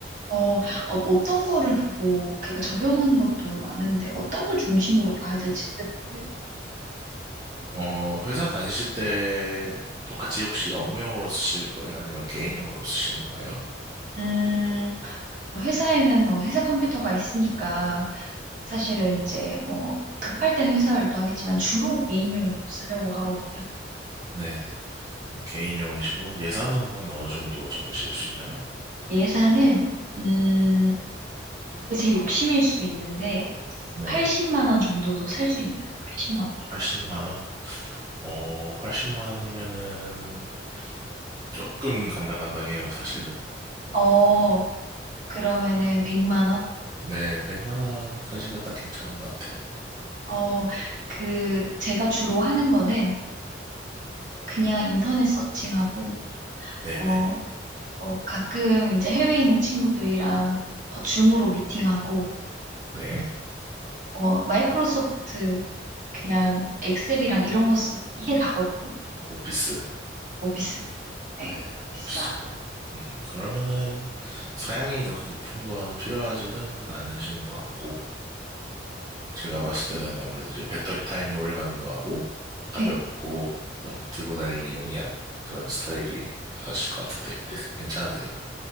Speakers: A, on the right; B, on the right.
A: 어, 어, 어떤 거를 보고, 그러니까 저렴한 것도 많은데, 어떤 걸 중심으로 봐야 될지 잘 모르겠어요.
B: 어, 회사 다니실 때 또 같이 혹시 업무용으로 쓰실 거예요? 아니면 개인용으로 쓰시는 거예요?
A: 음, 어, 회사에는 어, 회사 컴퓨터가 있으니까, 사실은 이제 뭐, 급할 때는 회사 활동하겠지만, 주로 개인용 쓰려고 하거든요.
B: 네네. 어, 개인용이시고 예산은 한 어느 정도 잡으실 수 있나요?
A: 예산은, 음, 이게 제 욕심일 수 있는데,
B: 네.
A: 80만 원 정도도 살 수 있나요? 80만 원.
B: 80만 원. 어, 80만 원이면은 조금 간당간당해요, 사실은.
A: 어, 그러면은 100만 원?
B: 네, 100만 원까지가 딱 괜찮은 것 같아요.
A: 어, 그, 제가 주로 하는 거는, 그냥 인터넷 서칭하고,
B: 네네.
A: 어, 뭐 가끔 이제 해외에 있는 친구들이랑 어, 줌으로 미팅하고,
B: 네.
A: 어, 마이크로소프트 그냥 엑셀이랑 이런 거 쓰고 이게 다거든요.
B: 음, 오피스.
A: 오피스. 네.
B: 네, 오피스
A: 오피스하고.
B: 작업. 음, 그러면은 사양이 그렇게 높은 건 필요하지는 않으신 것 같고, 제가 봤을 때는 아무래도 이제 배터리 타임이 오래 가는 거하고, 가볍고,
A: 네.
B: 좀 들고 다니기 용이한 그런 스타일이 나으실 것 같은데, 괜찮으세요?